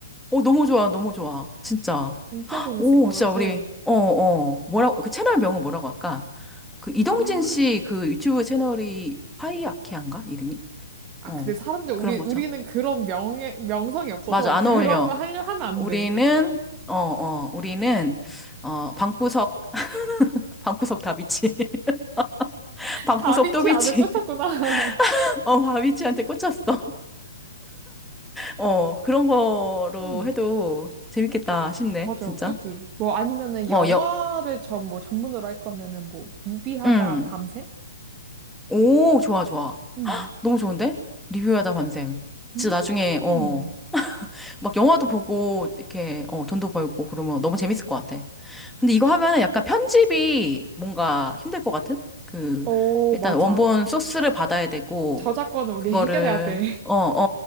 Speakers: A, in the centre; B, on the right.
A: 오, 너무 좋아, 너무 좋아. 진짜.
B: 진짜 재밌을
A: 오,
B: 것
A: 진짜
B: 같아.
A: 우리, 어, 어. 뭐라고, 그 채널 명은 뭐라고 할까? 그 이동진
B: 아,
A: 씨 그 유튜브 채널이 파이아키아인가? 이름이?
B: 아,
A: 어,
B: 근데 사람들, 우리,
A: 그런 거죠.
B: 우리는 그런 명예, 명성이 없어서
A: 맞아, 안
B: 그런
A: 어울려.
B: 거 하려 하면 안
A: 우리는,
B: 돼.
A: 어, 어, 우리는, 어, 방구석, 방구석 다비치. <laughs> 방구석
B: 다비치
A: 또비치.
B: 아주 꽂혔구나.
A: <laughs> 어, 다비치한테 꽂혔어. 어, 그런 거로
B: <laughs> 음,
A: 해도 재밌겠다 싶네,
B: 맞아,
A: 진짜.
B: 그지뭐 아니면은 영화를
A: 어, 여,
B: 전, 뭐 전문으로 할 거면은 뭐, 무비하다
A: 음.
B: 밤샘?
A: 오, 좋아, 좋아.
B: 음,
A: 너무 좋은데? 리뷰하다 밤샘.
B: 음.
A: 진짜 나중에, 어, 어. 막 영화도 보고 이렇게 어, 돈도 벌고 그러면 너무 재밌을 것 같아. 근데 이거 하면은 약간 편집이 뭔가 힘들 것 같은? 그
B: 오
A: 일단
B: 맞아.
A: 원본 소스를 받아야 되고
B: 저작권은 우리
A: 그거를
B: 해결해야 돼.
A: 어, 어,